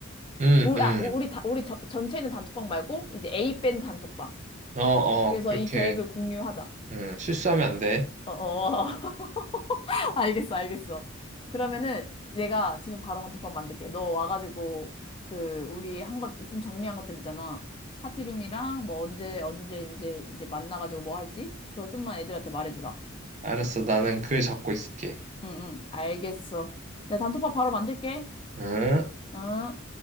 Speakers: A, on the right; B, on the left.
A: 응,
B: 그, 우리,
A: 응.
B: 아, 우리, 다, 우리 저- 전체 있는 단톡방 말고 이제 A 밴 단톡방.
A: 어, 어,
B: 그래서
A: 그렇게,
B: 이 계획을 공유하자.
A: 응, 실수하면 안 돼.
B: 어어. <laughs> <laughs> 알겠어, 알겠어. 그러면은 내가 지금 바로 단톡방 만들게. 너 와가지고 그 우리 한 것 좀 정리한 것들 있잖아. 파티룸이랑 뭐 언제 언제 이제 이제 만나가지고 뭐 할지 그거 좀만 애들한테 말해주라.
A: 알았어, 나는 글 잡고 있을게.
B: 응, 응, 알겠어. 내가 단톡방 바로 만들게.
A: 응?
B: 응.